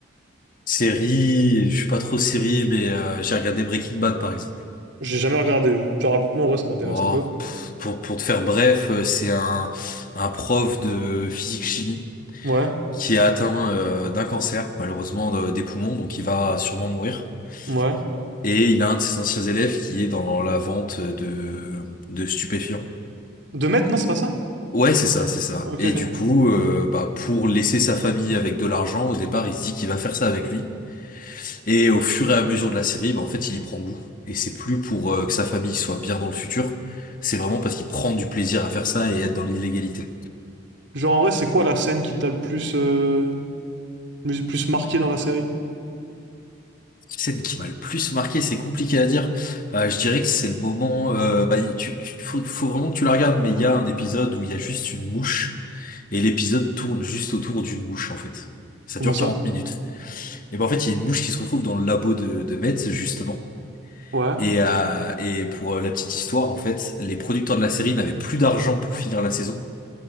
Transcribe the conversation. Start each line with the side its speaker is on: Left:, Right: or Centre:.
Left: Série, je suis pas trop série, mais euh, j'ai regardé Breaking Bad par exemple.
Right: J'ai jamais regardé. Genre, raconte-moi, en vrai, ça m'intéresse
Left: Bon,
Right: un peu.
Left: pff, pour, pour te faire bref, euh, c'est un, un prof de physique-chimie
Right: Ouais,
Left: qui est atteint euh, d'un cancer, malheureusement de- des poumons, donc il va sûrement mourir.
Right: ouais.
Left: Et il a un de ses anciens élèves qui est dans la vente de, de stupéfiants.
Right: De mettre, non, c'est pas ça?
Left: Ouais, c'est ça, c'est ça.
Right: Ok,
Left: Et
Right: ok.
Left: du coup, euh, bah, pour laisser sa famille avec de l'argent, au départ, il se dit qu'il va faire ça avec lui. Et au fur et à mesure de la série, bah, en fait, il y prend goût. Et c'est plus pour euh, que sa famille soit bien dans le futur. C'est vraiment parce qu'il prend du plaisir à faire ça et être dans l'illégalité.
Right: Genre, en vrai, c'est quoi la scène qui t'a le plus, euh, le plus marqué dans la série?
Left: Scène qui m'a le plus marqué, c'est compliqué à dire. Euh, je dirais que c'est le moment. euh, bah, tu, tu- faut, faut vraiment que tu la regardes, mais il y a un épisode où il y a juste une mouche. Et l'épisode tourne juste autour d'une mouche, en fait. Ça
Right: Comment
Left: dure
Right: ça?
Left: 40 minutes. Et ben en fait, il y a une mouche qui se retrouve dans le labo de, de Metz, justement.
Right: ouais
Left: Et, euh, et pour euh, la petite histoire, en fait, les producteurs de la série n'avaient plus d'argent pour finir la saison.